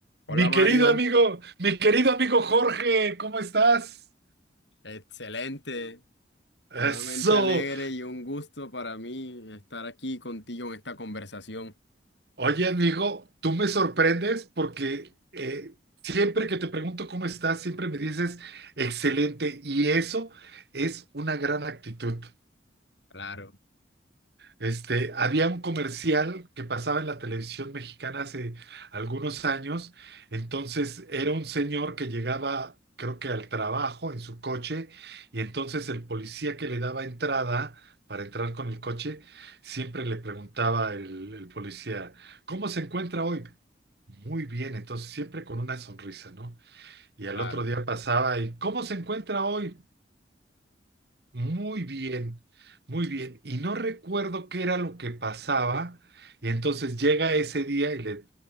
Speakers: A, on the left (about 80°); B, on the right (about 60°).
A: Hola
B: Mi
A: Mario,
B: querido amigo, mi querido amigo Jorge, ¿cómo estás?
A: excelente,
B: Eso.
A: nuevamente alegre y un gusto para mí estar aquí contigo en esta conversación.
B: Oye, amigo, tú me sorprendes porque eh, siempre que te pregunto cómo estás, siempre me dices excelente y eso es una gran actitud.
A: Claro,
B: Este, había un comercial que pasaba en la televisión mexicana hace algunos años, entonces era un señor que llegaba, creo que al trabajo en su coche, y entonces el policía que le daba entrada para entrar con el coche, siempre le preguntaba el, el policía, ¿cómo se encuentra hoy? Muy bien, entonces siempre con una sonrisa, ¿no? Y al
A: claro,
B: otro día pasaba y, ¿cómo se encuentra hoy? Muy bien, muy bien. Y no recuerdo qué era lo que pasaba. Y entonces llega ese día y le...